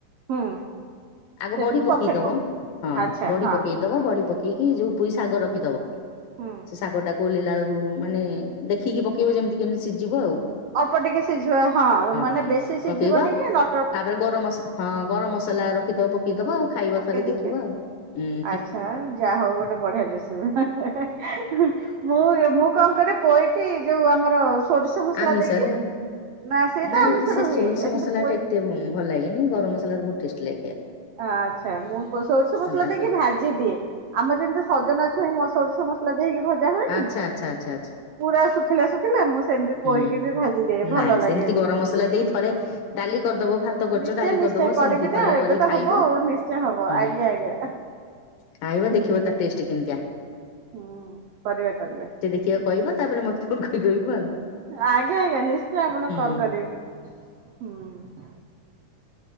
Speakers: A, on the right; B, on the left.
A: ହୁଁ।
B: ଆଗ
A: ସେଇଟାକୁ
B: ବଢି ପକେଇଦବ।
A: ପଛରେ ପକ
B: ହଁ
A: ଆଚ୍ଛା
B: ବଡି
A: ହଁ
B: ପକେଇ ଦବ
A: ହଁ
B: ବଡି ପକେଇକି
A: ହୁଁ
B: ଯୋଉ ପୋଇ ଶାଗ ରଖିଦବ
A: ହୁଁ
B: ସେ ଶାଗ ଟା ଓଲେଲା ଆଳୁକୁ ମାନେ ଦେଖିକି ପକେଇବ ଯେମିତି କେମିତି ସିଜିବ ଆଉ।
A: ଅଳ୍ପ ଟିକେ ସିଝିବ ହଁ ମାନେ
B: ହଁ।
A: ବେଶୀ ସିଝିବନି
B: ପକେଇବା
A: କି ନ
B: ତାପରେ ଗରମ ମସ ହଁ ଗରମ ମସଲା ରଖିଥବ ପକେଇଦବା ଆଉ ଖାଇବା
A: ପକେଇ
B: ଥରେ
A: ଦେଇକି
B: ଦେଖିବା ଆଉ ହୁଁ ହୁଁ।
A: ଆଚ୍ଛା ଯାହା ହଉ ଗୋଟେ ବଢିଆ ରେସିପ। <unintelligible> ମୁଁ ମୁଁ କଣ କରେ ପୋଇକି ଯୋଉ ଆମର ଶ ସୋରିଷ ମସଲା
B: ଆମିଷରେ
A: ଦେଇକି ନା ସିଏ
B: ନାଇଁ
A: ତ ଆମିଷରେ
B: ସେ
A: ହୁଏ।
B: ସୋରିଷ
A: ଏମିତି
B: ମସଲା
A: ପୋଇ-
B: ଟା ଏତେ ଭ ଭଲ ଲାଗେନି ଗରମ ମସଲାରେ ବହୁତ ଟେଷ୍ଟି ଲାଗେ।
A: ଆଚ୍ଛା ମୁଁ ସୋରିଷ ମସଲା
B: ସାଧା
A: ଦେଇକି
B: ଉପରେ
A: ଭା ଯିଏ ଦିଏ ଆମେ ଯେମିତି ସଜନା ଛୁଇଁ ମ ସୋରିଷ ମସଲା ଦେଇକି ଭଜା ହୁଏନି।
B: ଆଚ୍ଛା ଆଚ୍ଛା ଆଚ୍ଛା ଆଚ୍ଛା
A: ପୁରା ଶୁଖିଲା ଶୁଖିଲା ମୁଁ ସେମିତି ପୋଇକି
B: ହୁଁ
A: ବି ଭାଜିଦିଏ ଭଲ
B: ନାଇଁ
A: ଲାଗେ
B: ସେମିତି ଗରମ ମସଲା ଦେଇ ଥରେ ଡାଲି କରିଦବ ଭା ତ କରିଛ
A: ନିଶ୍ଚୟ
B: ଡାଲି
A: ନିଶ୍ଚୟ
B: କରିଦବ
A: କରିବି
B: ସେମିତି ଥରେ
A: ନା ଏବେ
B: କରି
A: ତ
B: ଖାଇବ
A: ହବ ଆଉ ନିଶ୍ଚୟ ହବ
B: ହୁଁ।
A: ଆଜ୍ଞା ଆଜ୍ଞା
B: ଖାଇବ
A: ହୁଁ।
B: ଦେଖିବ ତା ଟେଷ୍ଟ କେମିତିଆ।
A: ହୁଁ କରିବା କରିବା।
B: କିଏ କହିବ ତାପରେ ମୋତେ ଫୋନ କରି କହିବୁ ଆଉ।
A: ଆଜ୍ଞା ଆଜ୍ଞା ନିଶ୍ଚୟ ଆପଣଙ୍କୁ
B: ହୁଁ।
A: କଲ କରିବି ହୁଁ।